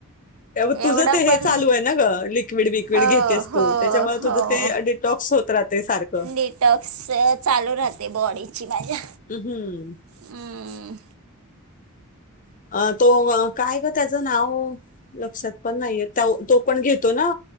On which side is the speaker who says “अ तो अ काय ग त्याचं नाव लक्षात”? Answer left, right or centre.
Left